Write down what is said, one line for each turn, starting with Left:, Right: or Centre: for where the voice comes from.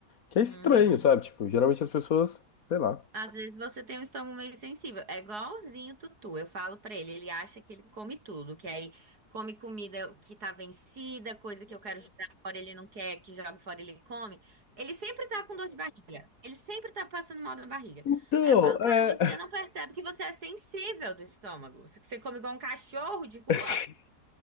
Left: Que é estranho,
Right: Uhum.
Left: sabe? Tipo, geralmente as pessoas, sei lá.
Right: Às vezes você tem um estômago meio sensível. É igualzinho o Tutu. Eu falo pra ele, ele acha que ele come tudo, que aí come comida que tá vencida, coisa que eu quero jogar fora, ele não quer que jogue fora, ele come. Ele sempre tá com dor de barriga. Ele sempre tá passando mal na barriga.
Left: Então,
Right: Aí eu falo, cara,
Left: é.
Right: você não percebe que você é sensível do estômago. Você você come igual um cachorro de rua,
Left: <laughs>